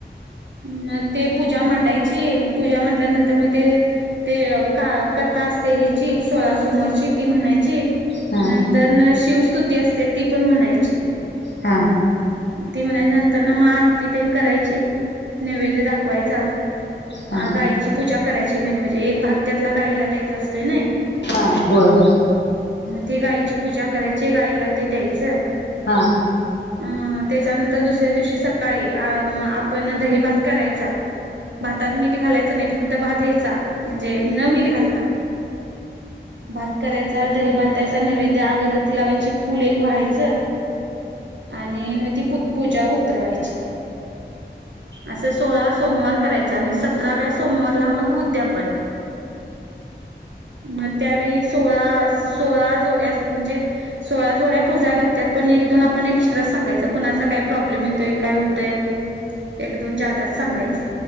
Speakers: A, on the right; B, on the left.
A: मग ते पूजा मांडाय. जी पुजा म्हटल्यानंतर मग ते ते का कथा असते हिची सोळा समोरची ती म्हणायची.
B: हा
A: नंतर ना शिव तुती असते ती पण म्हणायची.
B: हा.
A: ती म्हणाली नंतर नमा आरती तेन करायची. नैवेद्य दाखवायचा.
B: हा
A: अ गाईची पूजा, करायची, मेन म्हणजे एक भाग त्यातला गाईला द्यायचा असतोय क नय.
B: हा, हाय.
A: ती गाईची पूजा करायची गाईला ते द्यायचं.
B: हा,
A: आ तेच्यानंतर दुसऱ्या दिवशी सकाळी आ आज आपण दही, भात करायचा भातात मीठ घालायचं नाही फक्त भात करायचा म्हणजे, न मीठ घालता भात करायचा दही भातायचा नैवेद्य, अगरबत्ती लावायची फुल एक व्हायचं आणि मग ती पू पूजा उतरवायची. असं सोळा सोमवार करायचं आणि सतराव्या सोमवारला मग उद्यापन मग त्यावेळी सोळा सोळा जोड्या म्हणजे सोळा जोड्या पुजाय लागतात, पण एक दोन आपण एक्स्ट्रा सांगायच कुणाचा काय प्रॉब्लेम येतोय, काय होतय. एक दोन ज्यादाच सांगायचं.